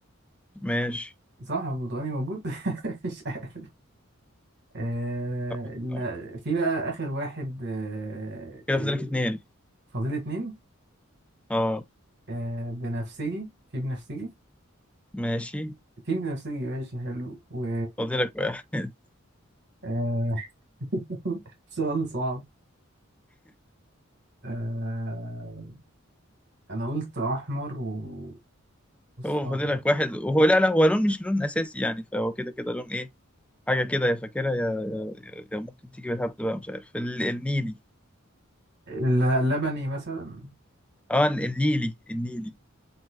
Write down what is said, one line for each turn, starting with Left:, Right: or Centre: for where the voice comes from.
Centre: ماشي
Right: صح هو برتقاني موجود <laughs> مش عارف آه
Centre: صح
Right: لا
Centre: صح
Right: في بقى آخر واحد آه
Centre: كده
Right: إيه،
Centre: فاضلك اتنين
Right: فاضل اتنين
Centre: اه
Right: آه بنفسجي في بنفسجي
Centre: ماشي
Right: في بنفسجي ماشي حلو و
Centre: فاضلك واحد <laughs>
Right: آه <laughs> سؤال صعب آه أنا قلت أحمر و- وأصفر
Centre: هو فاضلك واحد وهو لا لا هو لون مش لون اساسي يعني فهو كده كده لون ايه حاجه كده يا فاكرها يا يا, يا يا ممكن تيجي بالهبد بقى مش عارف ال- النيلي
Right: ل- لبني مثلا
Centre: اه ال- النيلي النيلي